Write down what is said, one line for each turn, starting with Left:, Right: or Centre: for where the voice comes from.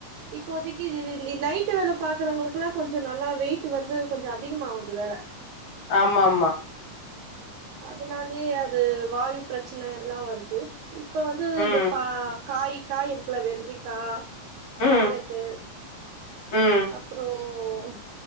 Right: இப்போதைக்கு இது இந்த நைட்டு வேலை பாக்குறவங்களுக்குல்லா கொஞ்ச நல்லா வெயிட் வந்து கொஞ்ச அதிகமாகுது வேற
Left: ஆமாமா
Right: அதனாலயே அது வாயு பிரச்சனை எல்லா வருது இப்ப வந்து
Left: ம்
Right: இந்த பா காய் காய் இருக்குல வெல்ரிக்கா
Left: ம்
Right: கேரட்டு
Left: ம்
Right: அப்லறோம்